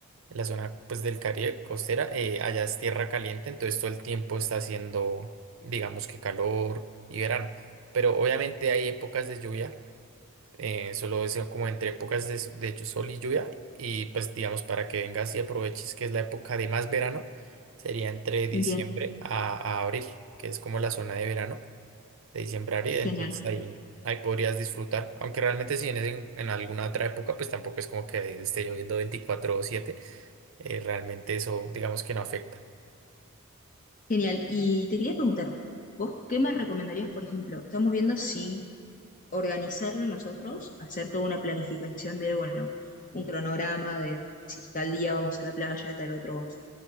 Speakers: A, on the right (about 60°); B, on the left (about 35°).
A: en la zona pues del Caribe costera, eh, allá es tierra caliente, entonces todo el tiempo está haciendo, digamos que calor y verano. Pero obviamente hay épocas de lluvia, eh, solo es como entre épocas de, s- de llu- sol y lluvia, y pues digamos para que vengas y aproveches que es la época de más verano, sería entre diciembre
B: bien,
A: a, a abril, que es como la zona de verano de diciembre a
B: genial,
A: entonces ahí, ahí podrías disfrutar. Aunque realmente si vienes en, en alguna otra época, pues tampoco es como que esté lloviendo veinticuatro o siete eh, realmente eso digamos que no afecta.
B: genial. Y te quería preguntar, ¿vos qué me recomendarías, por ejemplo? Estamos viendo si organizarlo nosotros, hacer toda una planificación de, bueno, un cronograma de si tal día vamos a la playa, tal otro vamos